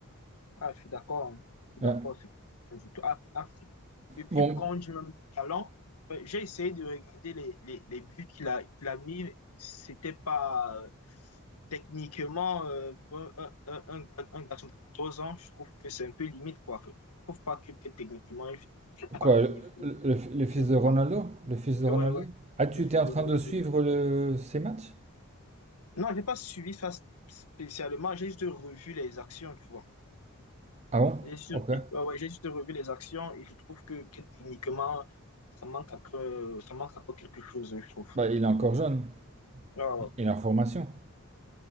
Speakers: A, on the left; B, on the right.
A: Ah, je suis d'accord. hein. Je suis
B: Ouais.
A: d'accord. c'est pas du tout. Ah, ah, depuis
B: Bon,
A: quand on dit même talent, enfin, j'ai essayé de regarder les, les, les buts qu'il a, qu'il a mis. C'était pas euh, techniquement euh, pour un, un, un, un gar- un garçon de 14 ans. Je trouve que c'est un peu limite, quoi. Je trouve pas que, que techniquement, il il n'a
B: quoi,
A: pas le même
B: le,
A: niveau,
B: le- le
A: tout
B: fils
A: simplement.
B: de Ronaldo? Le fils de Ronaldo?
A: Mais ouais, ouais.
B: Ah, tu
A: Je
B: étais
A: suis
B: en
A: de
B: train
A: regarder.
B: de suivre le, ses matchs?
A: Non, j'ai pas suivi ça spécialement. J'ai juste revu les actions, tu vois.
B: Ah bon?
A: J'ai su-
B: Ok.
A: j'ai- ouais, ouais, j'ai juste revu les actions et je trouve que, que techniquement, ça manque encore, euh, ça manque encore quelque chose, je trouve.
B: Bah, il est
A: Je
B: encore
A: sais pas.
B: jeune,
A: Ouais, ouais.
B: il est en formation.